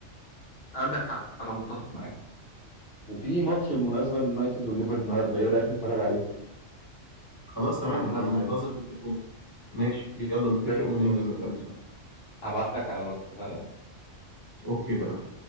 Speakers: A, on the left; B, on the right.
A: عندك حق أنا متفق معاك وفي ماتش بالمناسبة اليونايتد والليفر النهاردة إيه رأيك نتفرج عليه؟
B: خلاص تمام
A: بالمناسبة
B: انا منتظر
A: يعني
B: تليفون ماشي يلا نتفق
A: طيب
B: وننزل
A: خلاص
B: نتقابل سوا
A: هبعت لك على الواتس اتفقنا؟
B: اوكي تمام